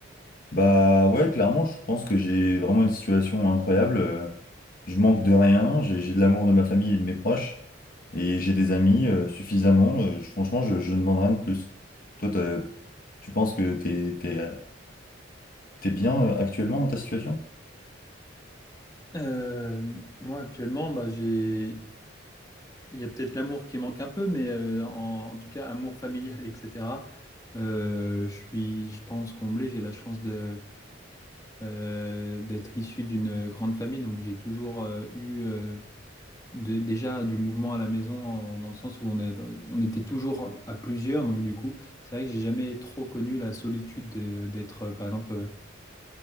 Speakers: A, on the left; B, on the left.
A: Bah ouais, clairement, je pense que j'ai vraiment une situation incroyable. euh, Je manque de rien, j'ai j'ai de l'amour de ma famille et de mes proches, et j'ai des amis euh, suffisamment. euh, je- franchement, je, je ne demande rien de plus. Toi, t'as- tu penses que t'es, t'es, euh, t'es bien euh, actuellement dans ta situation?
B: Euh, moi actuellement, bah, j'ai... il y a peut-être l'amour qui manque un peu, mais euh, en, en tout cas, amour familial, <laughs> etc. euh, je suis, je pense, comblé. J'ai la chance de, euh, d'être issu d'une grande famille, donc j'ai toujours euh, eu euh, de- déjà du mouvement à la maison, en- dans le sens où on est, on était toujours à plusieurs, donc du coup, c'est vrai que j'ai jamais trop connu la solitude de- d'être, euh, par exemple. euh,